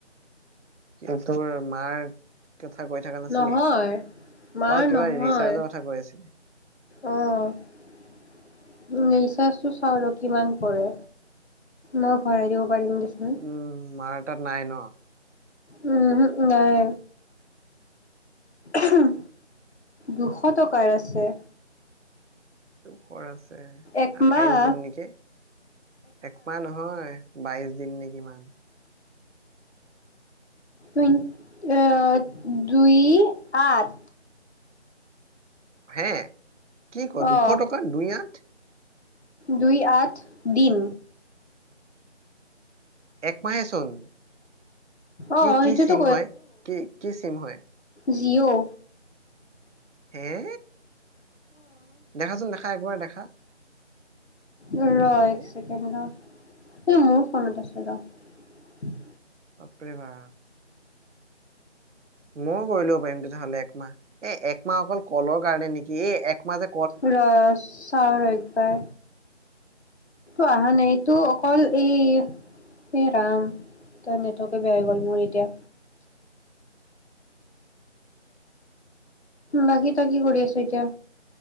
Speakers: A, on the right (about 75°); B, on the left (about 65°).
A: এই তোৰ মাৰ কথা কৈ থকা নাছিলি,
B: নহয় মাৰ
A: অ কিবা
B: নহয়
A: ৰিচাৰ্জৰ কথা কৈ আছিলি। ‌
B: অ ৰিচাৰ্জতো চাও ৰ, কিমান পৰে, মই ভৰাই দিওঁ। <unintelligible>
A: উম মাৰ তাত নাই ন?
B: উমহম নাই। উম! দুশ টকাৰ আছে।
A: <unintelligible> আছে
B: একমাহ
A: আঠাইশ দিন নেকি? একমাহ নহয়। বাইশ দিন নে কিমান?
B: অ' দুই আঠ।
A: হে? কি কঅ? দুশ
B: অঁ
A: টকা দুই আঠ?
B: দুই আঠ, দিন।
A: একমাহে চোন। কি,
B: অঁ
A: কি
B: সেইটোতো
A: চিম হয়? কি, কি চিম হয়?
B: যিঅ'।
A: হে? দেখাচোন দেখা, একবাৰ দেখা।
B: ৰ
A: কি কৰে
B: এক চেকেণ্ড, ৰ। মোৰ ফোনত আছে ৰ।
A: বাপৰে‌ বা, ময়ো কৰি লব পাৰিম তেতিয়াহ'লে একমাহ। এ একমাহ অকল কলৰ কাৰণে নেকি? এই এক মাহ জে,
B: ৰ চাও ৰ একবাৰ অহা নাই এইটো অকল এই, এই ৰাম নেটৱৰ্কে বেয়া হৈ গ'ল মোৰ এতিয়া। বাকি ত‌ই কি কৰি আছ এতিয়া?